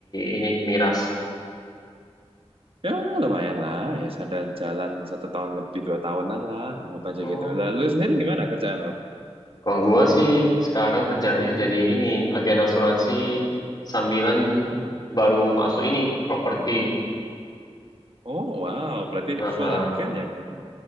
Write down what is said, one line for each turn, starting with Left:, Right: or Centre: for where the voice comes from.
Left: ini miras.
Right: ya lumayan lah. Ya ada jalan satu tahun lebih dua tahunan lah, anggap
Left: Oh,
Right: aja gitu. Lalu sendiri gimana kerjaan lo?
Left: kalau gua sih sekarang kerjaannya jadi ini agen asuransi sambilan baru masuk ini properti.
Right: Oh wow, berarti
Left: Heeh.
Right: full agen ya berarti.